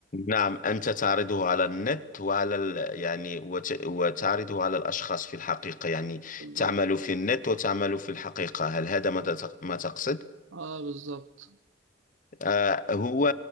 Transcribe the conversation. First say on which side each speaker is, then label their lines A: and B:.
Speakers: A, on the left (about 40°); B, on the right (about 80°).
A: نعم أنت تعرضه على النت وعلى ال... يعني وت... وتعرضه على الأشخاص في الحقيقة يعني
B: بالظبط
A: تعمل في النت وتعمل في الحقيقة هل هذا ما, تت... ما تقصد؟
B: اه بالظبط
A: آه هو